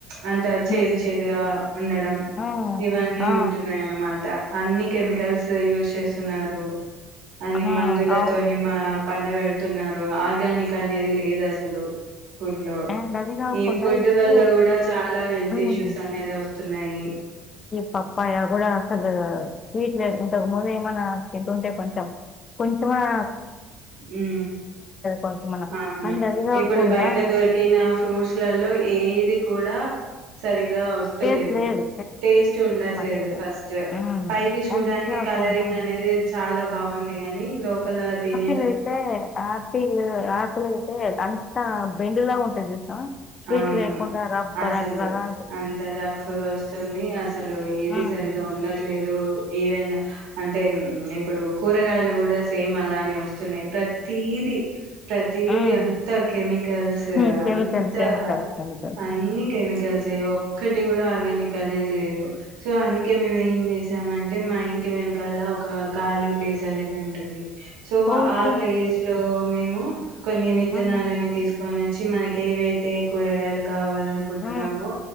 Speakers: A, on the right; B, on the left.
A: అంత చేదు
B: హ్మ్.
A: చేదుగా ఉండడం
B: హ్మ్.
A: ఇవన్ వి
B: ఆ! ఆ!
A: ఉంటున్నాయన్నామా ట అన్ని కెమికల్స్ యూజ్ చేస్తున్నారు అని
B: ఆ!
A: మాందులతోని
B: అవును.
A: మా పండ పెడుతున్నారు ఆర్గానిక్ అనేది లేదు అసలు ఫుడ్ లో
B: అండ్ అది కాకుండా
A: ఈ ఫుడ్
B: ఇప్పుడు
A: వల్ల కూడా చాలా హెల్త్ ఇష్యూస్
B: ఉమ్,
A: అనేది వస్తు తున్నాయి
B: ఈ పప్పాయ కూడా అసలు స్వీట్లు లే ఇంతకు ముందు ఏమన్నా తింటుంటే కొంచెం కొంచెమన్న
A: ఉ
B: కొంచెం మన
A: అవును
B: అండ్ అది కాకుండా
A: ఇప్పుడు బయట దొరికిన ఫ్రూట్స్లలో ఏది కూడా సరి గా వస్తలేదు
B: టేస్ట్ లేదు
A: టేస్ట్ ఉండట్లేదు
B: మంచిగా లేదు
A: ఫస్ట్
B: ఉమ్,
A: పైకి చూడానికి
B: అండ్ ఇది కాకుండా
A: కలరింగ్ అనేది చాలా బాగుంది కానీ లోపల తినే
B: పిల్ అయితే యాపిల్ యాపిల్ అయితే అంతా బెండులాగా ఉంటుంది చూసినవా స్విట్
A: అవును
B: లేకుండా రబ్బర్
A: అసలు
B: అట్లాగా అ
A: రఫ్ గా వస్తుంది అసలు ఏది
B: ఉమ్,
A: సరిగా ఉండట్లేదు ఈవెన్ అంటే ఇప్పుడు కూరగాయలు కూడా సేమ్ అలానే వస్తున్నాయి ప్రతీది ప్రతీదీ
B: ఉమ్.
A: అంతా కెమికల్స్
B: హ్మ్. కెమికల్,
A: అం
B: కెమికల్స్,
A: ఆ
B: కెమికల్స్.
A: అన్నికే కెమికల్స్ యే ఒక్కటి కూడా ఆర్గానిక్ అనేది లేదు. సో అందుకే మేము ఏం చేసామంటే మా ఇంటి వెనకాల ఒక ఖాళీ ప్లేస్ అనేది ఉంటుంది. సో
B: ఓకే.
A: ఆ ప్లేస్ లో మేము కొన్ని విత్తనాలని
B: ఆహా!
A: తీస్ కొని వచ్చి మనకి ఏ వె తే కూరగాయలు కావ అనుకుంటున్నాము
B: ఆ!